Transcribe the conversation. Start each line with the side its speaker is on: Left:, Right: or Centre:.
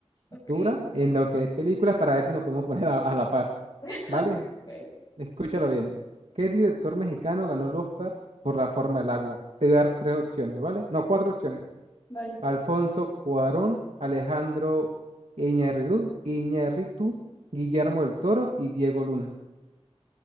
Left: Ok,
Right: dura en lo que es películas para ver si nos podemos <laughs> poner a, a la par,
Left: <laughs>
Right: ¿vale?
Left: ok, ok.
Right: Escúchalo bien. ¿Qué director mexicano ganó el Oscar por La forma del agua? Te voy a dar tres opciones, ¿vale? No, cuatro opciones.
Left: Vale.
Right: Alfonso Cuarón, Alejandro Iñárritu, Iñárritu, Guillermo del Toro y Diego Luna.